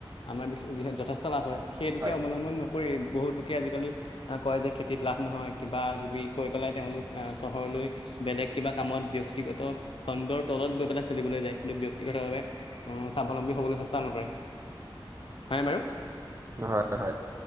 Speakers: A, on the left; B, on the right.
A: আমাৰ বিশ যিহেতু যথেষ্ট লাভ হয়। সেইটোকে
B: হয়
A: অৱলম্বন নকৰি বহুত লোকে আজিকালি কয় যে খেতিত লাভ নহয় কিবা কিবি কৰি পেলাই তেওঁলোক চহৰলৈ বেলেগ কিবা কামত ব্যক্তিগত খণ্ডৰ তলত গৈ পেলাই চলিবলৈ যায়। ব্যক্তিগতভাৱে স্বাৱলম্বী হ'বলৈ চেষ্টা নকৰে হয়নে বাৰু।
B: হয় হয়